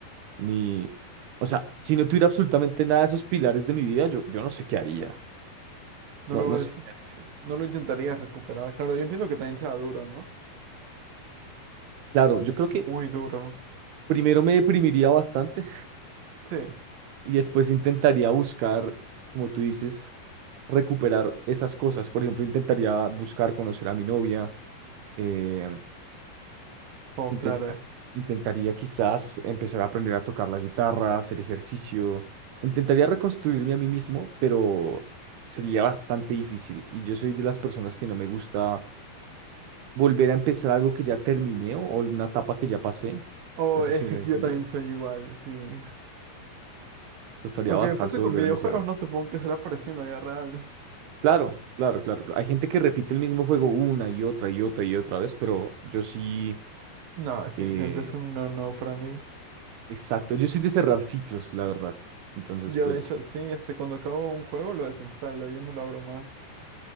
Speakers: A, on the right; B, on the right.
A: ni... O sea, si no tuviera absolutamente nada de esos pilares de mi vida, yo, yo no sé qué haría.
B: No
A: No,
B: lo
A: no
B: ves,
A: sé
B: este,
A: qué haría.
B: no lo intentarías recuperar. Claro, yo entiendo que también sea duro, ¿no?
A: Claro, yo
B: Sí,
A: creo que
B: muy duro.
A: primero me deprimiría bastante
B: Sí.
A: y después intentaría buscar, como tú dices, recuperar esas cosas. Por ejemplo, intentaría buscar conocer a mi novia, eh,
B: Oh,
A: intenta-
B: claro.
A: intentaría quizás empezar a aprender a tocar la guitarra, hacer ejercicio, intentaría reconstruirme a mí mismo, pero sería bastante difícil. Y yo soy de las personas que no me gusta volver a empezar algo que ya terminé o alguna etapa que ya pasé.
B: Oh,
A: No sé
B: es
A: si me
B: que
A: voy a
B: yo
A: entender.
B: también soy igual, sí.
A: Costaría
B: Aunque
A: bastante
B: me pase con
A: volver
B: videojuegos,
A: a iniciar.
B: no supongo que será parecido en la vida real.
A: Claro, claro, claro. claro. Hay gente que repite el mismo juego una y otra y otra y otra vez, pero yo sí,
B: No, definitivamente
A: eh,
B: es un no no para mí.
A: exacto, yo soy de cerrar ciclos, la verdad. Entonces,
B: Yo
A: pues
B: de hecho sí, este, cuando acabo un juego lo desinstalo, yo no lo abro más.